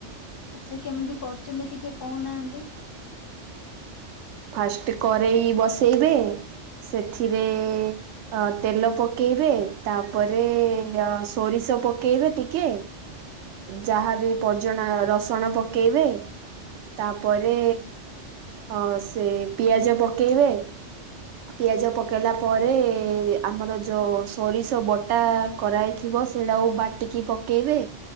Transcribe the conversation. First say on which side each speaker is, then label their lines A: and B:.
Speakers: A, on the left; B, on the right.
A: ଆଚ୍ଛା କେମିତି କରୁଛନ୍ତି ଟିକେ କହୁନାହାନ୍ତି?
B: ଫାଷ୍ଟ କରେଇ ବସେଇବେ ସେଥିରେ ଅ ତେଲ ପକେଇବେ ତାପରେ ସୋରିଷ ପକେଇବେ ଟିକେ ଯାହାବି ପଜଣା ରସୁଣ ପକେଇବେ ତାପରେ ଅ ସେ ପିଆଜ ପକେଇବେ। ପିଆଜ ପକେଇଲା ପରେ ଆମର ଯୋଉ ସୋରିଷ ବଟା କରାହେଇ ଥିବ ସେଇଟାକୁ ବାଟିକି ପକାଇବେ